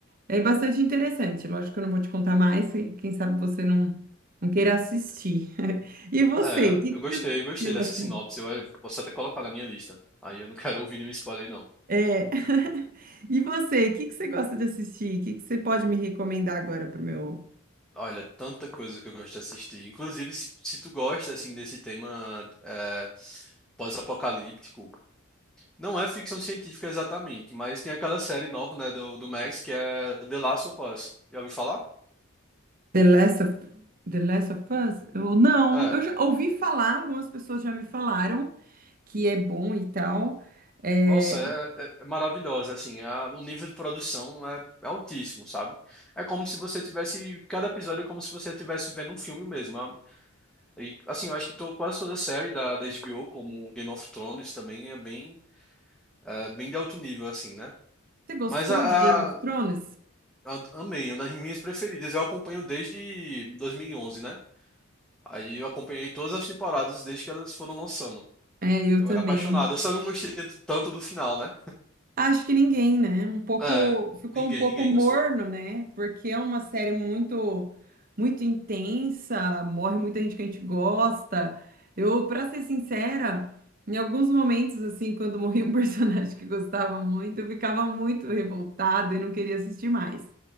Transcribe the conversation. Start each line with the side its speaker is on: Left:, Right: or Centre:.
Right: É bastante interessante. Lógico que eu não vou te contar mais, e quem sabe você não, não queira assistir. <laughs> E você,
Centre: É,
Right: o que,
Centre: eu
Right: que
Centre: gostei,
Right: você assistiu
Centre: eu gostei dessa
Right: assim?
Centre: sinopse. Eu eu posso até colocar na minha lista. Aí eu não quero ouvir nenhum spoiler, não.
Right: É. <laughs> E você, o que, que você gosta de assistir? O que, que você pode me recomendar agora para o meu
Centre: Olha, tanta coisa que eu gosto de assistir. Inclusive, se, se tu gosta, assim, desse tema é, pós-apocalíptico, não é ficção científica exatamente, mas tem aquela série nova, né, do, do Max, que é The Last of Us. Já ouviu falar?
Right: The Last of, The Last of Us? Eu, não,
Centre: É.
Right: eu já ouvi falar, algumas pessoas já me falaram que é bom e tal. É,
Centre: Nossa, é, é- é maravilhosa, assim. A- o nível de produção é, é altíssimo, sabe? É como se você tivesse... Cada episódio é como se você estivesse vendo um filme mesmo. E, assim, eu acho que to- quase toda série da, da HBO, como Game of Thrones, também é bem, é, bem de alto nível, assim, né?
Right: você gostou
Centre: Mas a,
Right: de Game of
Centre: a,
Right: Thrones?
Centre: a- amei, uma das minhas preferidas. Eu acompanho desde 2011, né? Aí eu acompanhei todas as temporadas desde que elas foram lançando.
Right: É, eu
Centre: Eu
Right: também.
Centre: era apaixonado. Eu só não gostei t- tanto do final, né?
Right: Acho que ninguém, né? Um pouco,
Centre: É,
Right: ficou
Centre: ninguém,
Right: um pouco
Centre: ninguém
Right: morno,
Centre: gostou.
Right: né? Porque é uma série muito, muito intensa, morre muita gente que a gente gosta. Eu, pra ser sincera, em alguns momentos, assim, quando morria um <laughs> personagem que gostava muito, eu ficava muito revoltada e não queria assistir mais.